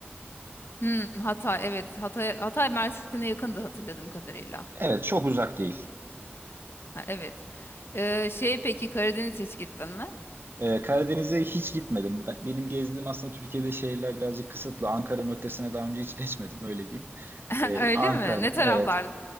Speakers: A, on the left; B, on the right.
A: Hmm, Hatay evet Hatay Hatay Mersin'e yakındı hatırladığım kadarıyla.
B: Evet çok uzak değil.
A: Ha, evet. Ee, şey peki Karadeniz hiç gittin mi?
B: E, Karadeniz'e hiç gitmedim. Ben- benim gezdiğim aslında Türkiye'de şehirler birazcık kısıtlı. Ankara'nın ötesine daha önce hiç geçmedim öyle diyeyim.
A: <laughs>
B: E,
A: Öyle
B: Ankara
A: mi? Ne taraflar?
B: evet.